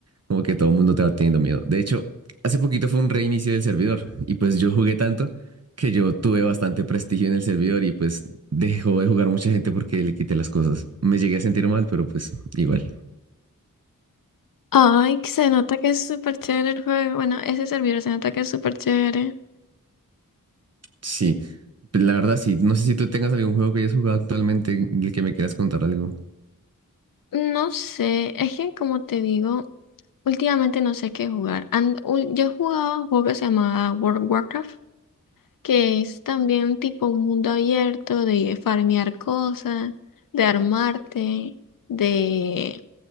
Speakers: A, on the right (about 50°); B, on the left (about 75°).
A: como que todo el mundo te va teniendo miedo. De hecho, hace poquito fue un reinicio del servidor y pues yo jugué tanto que yo tuve bastante prestigio en el servidor y pues dejó de jugar mucha gente porque le quité las cosas. Me llegué a sentir mal, pero pues igual.
B: Ay, que se nota que es súper chévere el juego. Bueno, ese servidor se nota que es súper chévere.
A: Sí, pues, la verdad sí. No sé si tú tengas algún juego que hayas jugado actualmente del que me quieras contar algo.
B: No sé, es que como te digo, últimamente no sé qué jugar. And- ul- yo jugaba un juego que se llamaba World of Warcraft. que es también tipo un mundo abierto de farmear cosas, de armarte, de,